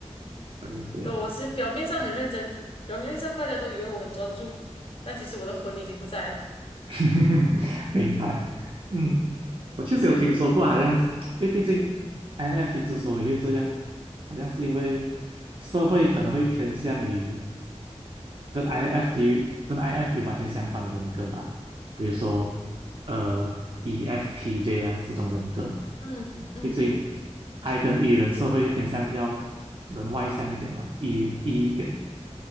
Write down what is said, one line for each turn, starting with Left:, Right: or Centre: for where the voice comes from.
Right: 大概这样，
Left: 哈，我是表面上很认真，表面上大家都以为我很专注，但其实我的魂已经不在了。
Right: <laughs> 明白。嗯，我确实有听说过，好像因为毕竟 INFP 之所以会这样，好像是因为社会可能会偏向于。跟 INFT 跟 INFP 完全相反的人格吧，比如说呃 ESTJ 啊这种人格，
Left: 嗯嗯
Right: 毕竟 I 跟 E 人社会偏向要人外向一点嘛，E E 一点。